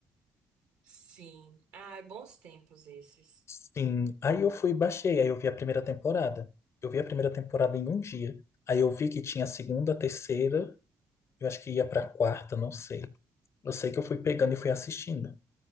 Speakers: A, on the right; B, on the left.
A: sim. Ai, bons tempos esses.
B: Sim, aí eu fui e baixei, aí eu vi a primeira temporada. Eu vi a primeira temporada em um dia. Aí eu vi que tinha a segunda, a terceira, eu acho que ia pra quarta, não sei. Eu sei que eu fui pegando e fui assistindo.